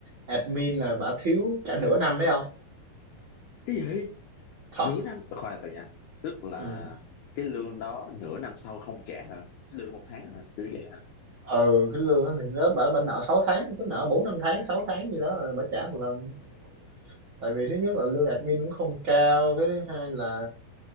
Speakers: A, on the right; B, on the left.
A: admin là bả thiếu trả nửa năm đấy không
B: cái gì
A: thật
B: nửa năm Ờ, khoan là tại nha tức là
A: ừ
B: cái lương đó nửa năm sau không trả hả cái lương một tháng hả kiểu vậy hả
A: ừ cái lương đó thì nó bả bả nợ 6 tháng cứ nợ 4 5 tháng 6 tháng gì đó rồi bả trả một lần tại vì thứ nhất là lương admin cũng không cao cái thứ hai là